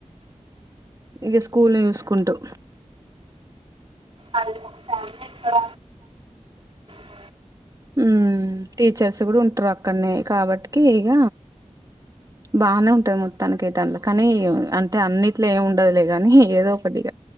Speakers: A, on the right; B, on the right.
A: ఇక స్కూల్ చూసుకుంటూ
B: అదిే ఫ ఎక్కడ <inaudible>
A: ఉమ్ టీచర్స్ కూడా ఉంటరు అక్కడనే కాబట్కి ఇగ బాగానే ఉంటది మొత్తానికి అయితే కానీ అంటే అన్నిట్లో ఏమి ఉండదులే కానీ ఏదో ఒకటిగా